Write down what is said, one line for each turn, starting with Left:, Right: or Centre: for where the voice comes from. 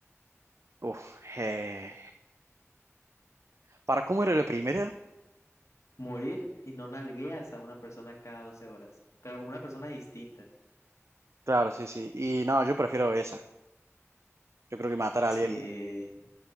Right: uf, eh, ¿para cómo era la primera?
Left: Morir si no nalgueas a una persona cada 12 horas, pero una persona distinta.
Right: Claro, sí, sí. Y no, yo prefiero esa. Yo creo que matar a
Left: Sí.
Right: alguien,